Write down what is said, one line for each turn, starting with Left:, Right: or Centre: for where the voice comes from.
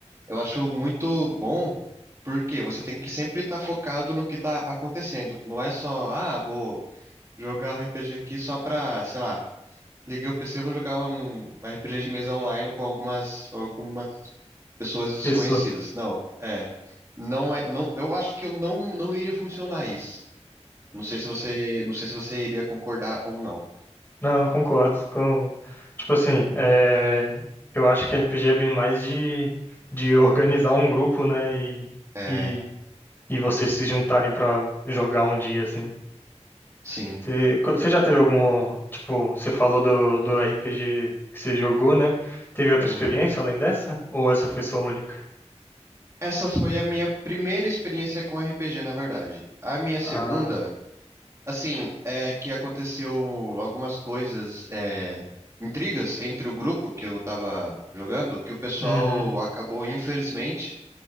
Right: eu acho muito bom, porque você tem que sempre estar focado no que está acontecendo. Não é só, ah, vou jogar um RPG aqui só pra, sei lá, liguei o PC, e vou jogar um RPG de mesa online com algumas algumas pessoas desconhecidas.
Left: Pessoas.
Right: Não, é, não é, não, eu acho que eu não não iria funcionar isso. Não sei se você, não sei se você iria concordar ou não.
Left: Não, eu concordo com... Tipo assim, é, eu acho que RPG é bem mais de, de organizar um grupo, né? E,
Right: É,
Left: e, e vocês se juntarem pra jogar um dia, assim.
Right: sim.
Left: Você, você já teve algum... Tipo, você falou do, do RPG que você jogou, né? Teve outra experiência
Right: Uhum.
Left: além dessa? Ou essa foi sua única?
Right: Essa foi a minha primeira experiência com RPG, na verdade. A minha segunda,
Left: Ah,
Right: assim, é que aconteceu algumas coisas, é, intrigas entre o grupo que eu tava jogando, que o pessoal
Left: uhum.
Right: acabou, infelizmente,